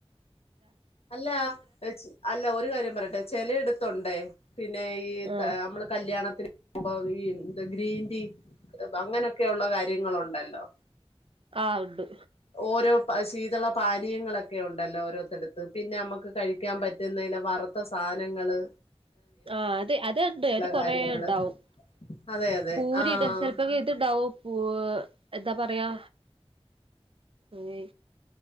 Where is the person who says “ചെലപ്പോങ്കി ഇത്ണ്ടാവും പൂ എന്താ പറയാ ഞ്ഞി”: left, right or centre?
Right